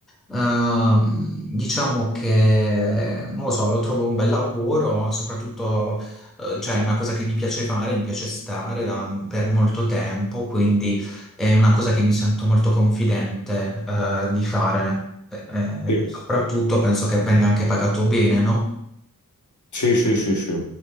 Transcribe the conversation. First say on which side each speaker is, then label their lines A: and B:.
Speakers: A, in the centre; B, on the left.
A: Ehm, diciamo che, non lo so, lo trovo un bel lavoro, soprattutto, eh, cioè è una cosa che mi piace fare, mi piace stare da- per molto tempo, quindi è una cosa che mi sento molto confidente, eh, di fare. Eh, eh,
B: Sì,
A: soprattutto penso che venga anche pagato bene, no?
B: sì, sì, sì, sì.